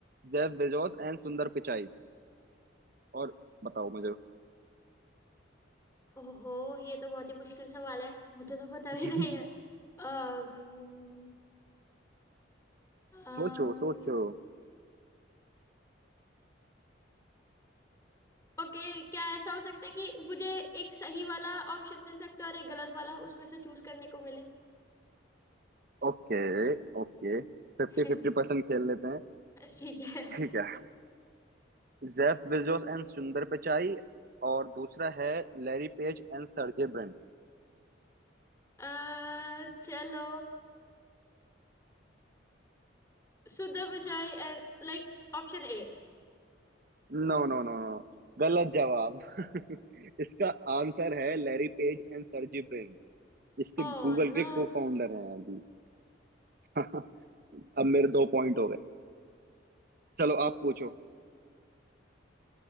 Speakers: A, on the right; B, on the left.
A: Jeff Bezos and Sundar Pichai और बताओ मुझे
B: ओहो ये तो बहुत ही मुश्किल सवाल है मुझे तो पता
A: <laughs>
B: भी नहीं है अम्म अम्म
A: सोचो सोचो
B: ओके क्या ऐसा हो सकता है कि मुझे एक सही वाला ऑप्शन मिल सकता है और एक गलत वाला उसमें से चूज करने को मिले
A: Okay okay Fifty
B: <laughs>
A: fifty percent खेल लेते हैं
B: ठीक है
A: ठीक है Jeff Bezos and Sundar Pichai और दूसरा है Larry Page and Sergey Brin
B: अ, चलो Sudha Vijay and like option A
A: No no no no गलत जवाब <laughs> इसका आंसर है Larry Page and Sergey Brin इसके
B: Oh
A: गूगल
B: no
A: के को फाउंडर हैं अभी <laughs> अब मेरे दो पॉइंट हो गए चलो आप पूछो